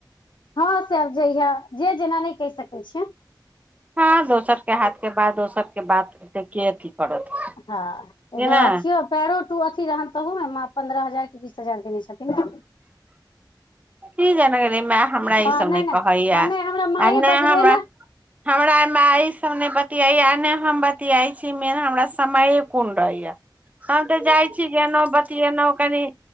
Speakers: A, on the left; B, on the right.
A: हँ से आब जहिया जे जेना नहि कहि सकैय छियैन
B: हँ दोसर केँ हाथ केँ बात दोसर के बात एते केँ अथी करत
A: हँ <inaudible>
B: जेना
A: एकरा अथियो पैरों टू अथी रहन तहूमे माँ पन्द्रह हजार की बीस हजार देने छथिन न
B: की जानअ गेलिए माय हमरा
A: हँ
B: ई सभ नय
A: नहि नहि
B: कहय या
A: हँ नहि हमरा माँए
B: आ नै
A: बजलियै
B: हमरा
A: ने
B: हमरा माय इ सब ने बतियाय या आ न हम बतियाय छी मैय हमरा समय कुन रहे यऽ <inaudible> हम तऽ जाइ छी गेनौ बतिएनू कनि